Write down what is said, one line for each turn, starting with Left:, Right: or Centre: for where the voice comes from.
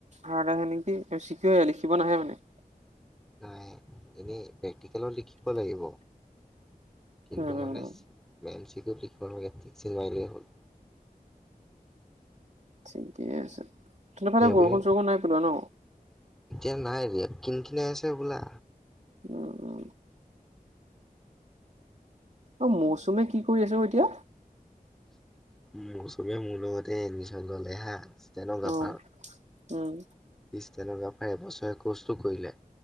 Right: হাৰ্ড আহে নেকি বেছিকে লিখিব নাহে মানে।
Centre: নাই এনেই প্ৰেক্টিকেলত লিখিব লাগিব। কিন্তু
Right: উম
Centre: মানে এম চি কিউত লিখিব নালাগে টিক চিন মাৰিলে হ'ল।
Right: ঠিকে আছে, তহতৰফালে
Centre: সেইবুলি
Right: বৰষুণ চৰষুণ নাই পেলোৱা ন'
Centre: এতিয়া নাই দিয়া কিন কিনাই আছে হবলা।
Right: উম উ অ' মৌচুমে কি কৰি আছো এতিয়া?
Centre: মৌচুমীয়ে মোৰ লগতে এডমিশন ললে হা ষ্টেনগ্ৰাফাৰ
Right: অ উম
Centre: ষ্টেনগ্ৰাফাৰ এবছৰীয়া কৰ্চটো কৰিলে।